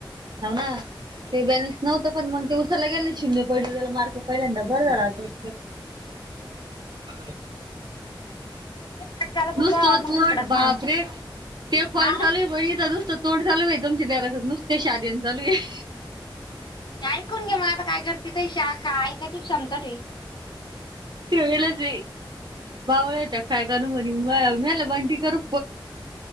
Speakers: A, on the right; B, on the left.
A: होव ना ते बॅलेन्स नव्हत पण मग ते उचरला गेले शून्य पडले त्याला मार्क पहिल्यांदा बर झालं. <unintelligible>
B: हम्म.
A: ह.
B: कट करत होता
A: नुसतं
B: मग
A: तोंड
B: नाही पडत
A: बापरे
B: ना
A: ते क्वाल
B: हा
A: झाल <unintelligible> नुसतं तोंड चालू आहे बाई तुमच्या घराचात नुसते शादीन चालू आहे.
B: ऐकून घे मग आता काय करते काही शाखा ऐकायची क्षमता.
A: <unintelligible> बावळट काय करू मरी म मला बणटी करू